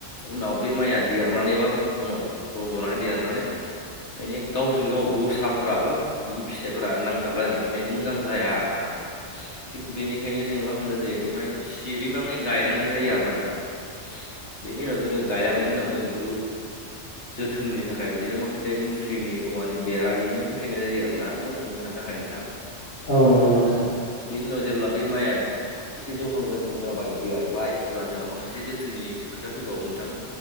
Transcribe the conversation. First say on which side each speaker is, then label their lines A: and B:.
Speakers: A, on the left; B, on the left.
A: उनाव बे माइया देरनानै बार उनाव रज'नानै देरनानै माने गावजों गाव गसाफोराबो बिनि फिथाइफोरा नांजाबलायनानै माने मोजां जाया आरना। थिग बेनिखायनो जोङो मा खामनाय जायो बे माइखौ सिरिबाङै गायलांनाय जायो आरो ना नोंथां। बेनि उनाव जोङो गायलांनायनि उनाव जों बेखौ जोथोननि थाखाय बिदिनो माखासे मुस्रिनि औवानि बेरा बिदिनो होथेनाय जायो आरना मोसौ मोस थानो थाखाय नोंथां।
B: औ नंगौ नोंथां।
A: बेनि उनाव जेब्ला बे माइआ एसे जौहां जौहां जाबाय देरबाय अब्ला जोंहा माखासे जोथोननि खोथा फैबावो नोंथां।